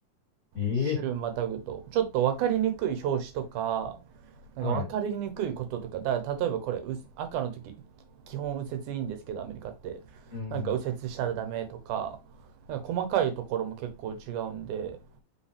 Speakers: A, on the left; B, on the right.
A: い。
B: 週またぐと、
A: ええ
B: ちょっと分かりにくい表紙とか、なんか分かりにくいこととか、
A: はい。
B: だから例えばこれ、赤の時、基本右折いいんですけど、アメリカって。
A: うん。
B: なんか右折したらダメとか、なんか細かいところも結構違うんで、